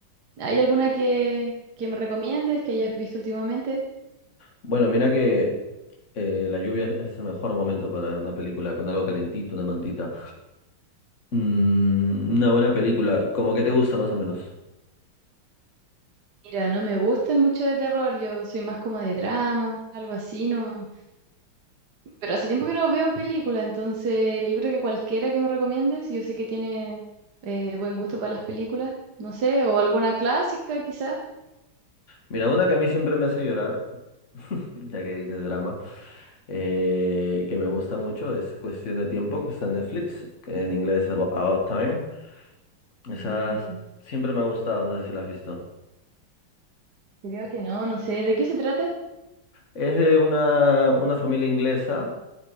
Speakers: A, on the right; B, on the left.
A: ¿Hay alguna que, que me recomiendes que hayas visto últimamente?
B: Bueno, mira que eh, la lluvia es es el mejor momento para ver una película con algo calentito, una mantita. Mm, una buena película, como que te gusta más o menos.
A: Mira, no me gustan mucho de terror, yo soy más como de drama, algo así, ¿no? Pero hace tiempo que no veo película, entonces yo creo que cualquiera que me recomiendes, yo sé que tiene eh, buen gusto para las películas, no sé, o alguna clásica quizás.
B: Mira, una que a mí siempre me hace llorar, <laughs> ya que dices drama, eh, que me gusta mucho, es Cuestión de Tiempo, que está en Netflix, que en inglés es Abo- About Time. Esa
A: Mm,
B: siempre me ha gustado, no sé si la has visto.
A: creo que no, no sé, ¿de qué se trata?
B: Es de una, una familia inglesa